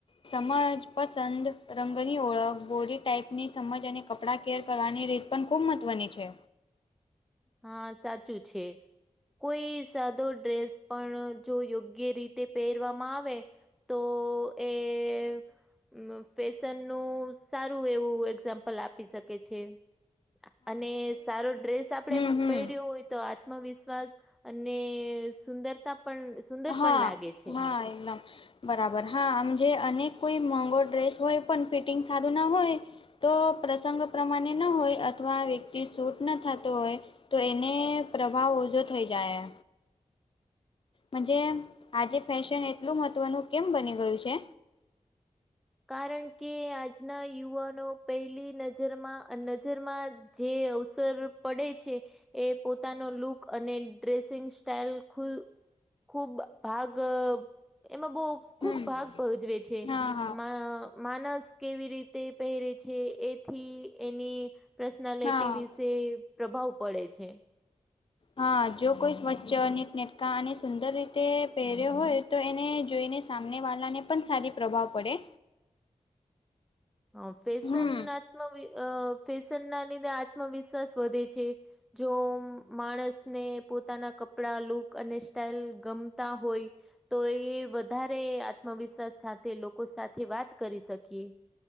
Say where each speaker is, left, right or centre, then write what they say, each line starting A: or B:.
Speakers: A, on the left; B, in the centre.
A: સમજ, પસંદ, રંગની ઓળખ, બોડી ટાાઈપની સમજ અને કપડાં કેર કરવાની રીત પણ ખૂબ મહત્ત્વની છે.
B: હા સાચું છે. કોઈ સાદો ડ્રેસ પણ જો યોગ્ય રીતે પહેરવામાં આવે તો એ મ ફેશન નું સારું એવું એક્ઝામ્પલ આપી શકે છે. અને સારો ડ્રેસ
A: હમ
B: આપડે
A: હમ
B: હોય તો આત્મવિશ્વાસ અને સુંદરતા પણ સુંદર
A: હા
B: પણ લાગે છે.
A: હા એનમ. બરાબર. હા મજે અનેક કોઈ મોંઘો ડ્રેસ હોય પણ ફિટિંગ સારું ન હોય તો પ્રસગો પ્રમાણે ન હોય અથવા વ્યક્તિ શૂટ ન થતો હોય તો એને પ્રભાવ ઓછો થઈ જાય. મજે આજે ફેશન એટલું મહત્ત્વનું કેમ બની ગયું છે?
B: કારણ કે આજના યુવાનો પહેલી નજરમાં, નજરમાં જ જે અવસર પડે છે. એ પોતાનો લુક અને ડ્રેસિંગ સ્ટાઈલ ખુ ખુબ ભાગ એમાં બો
A: હમ
B: ખુબ ભાગ ભજવે છે.
A: હા હા
B: અ માનસ કેવી રીતે પહેરે છે, એથી એની પર્સનાલિટી
A: હા
B: વિશે પ્રભાવ પડે છે.
A: હા જો કોઈ સ્વચ્છ નીટ નેટકા અને સુંદર રીતે પહેર્યો હોય તો એને જોઈને સામનેવાળાને પણ સારી પ્રભાવ પડે.
B: હ ફેશન
A: હમ
B: ના ફેશન ના લીધે આત્મવિશ્વાસ વધે છે. જો માણસને પોતાના કપડા લુક અને સ્ટાઈલ ગમતા હોય. તો એ વધારે આત્મવિશ્વાસ સાથે લોકો સાથે વાત કરી શકીએ.